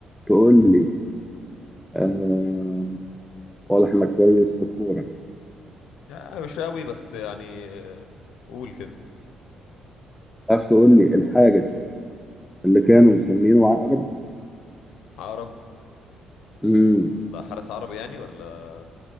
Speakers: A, in the centre; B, on the left.
A: تقول لي آه واضح انك كويس في الكورة
B: يعني مش قوي بس يعني آه، قول كده
A: تعرف تقول لي الحارس اللي كانوا مسمينه عقرب
B: عرب
A: مم.
B: لا حارس عربي يعني ولا